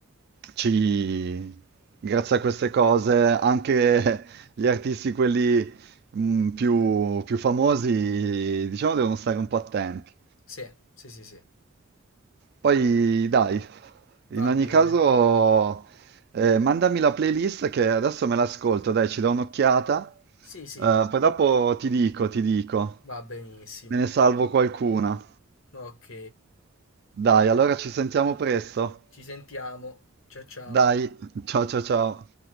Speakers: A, on the right; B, on the left.
A: ci... grazie a queste cose anche gli artisti, quelli mm, più, più famosi, diciamo, devono stare un po' attenti.
B: Sì, sì, sì, sì,
A: Poi dai, in
B: va
A: ogni
B: bene.
A: caso, eh, mandami la playlist che adesso me l'ascolto, dai, ci do un'occhiata,
B: Sì, sì,
A: Eh, poi dopo ti dico, ti dico.
B: va benissimo.
A: Me ne salvo qualcuna.
B: Ok,
A: Dai, allora ci sentiamo presto.
B: ci sentiamo. Ciao, ciao.
A: Dai, ciao ciao ciao.